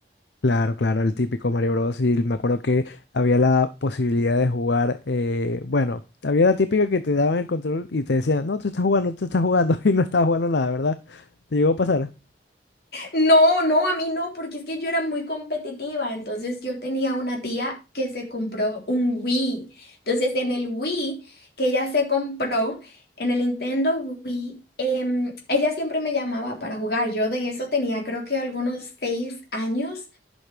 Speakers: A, on the left; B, on the left.
A: Claro, claro, el típico Mario Bros. Y me acuerdo que había la posibilidad de jugar, eh, bueno, había la típica que te daban el control y te decían, no, tú estás jugando, tú estás jugando <laughs> y no estabas jugando nada, ¿verdad? ¿Te llegó a pasar?
B: No, no, a mí no, porque es que yo era muy competitiva. Entonces yo tenía una tía que se compró un Wii. Entonces en el Wii que ella se compró, en el Nintendo Wii, em, ella siempre me llamaba para jugar. Yo de eso tenía creo que algunos seis años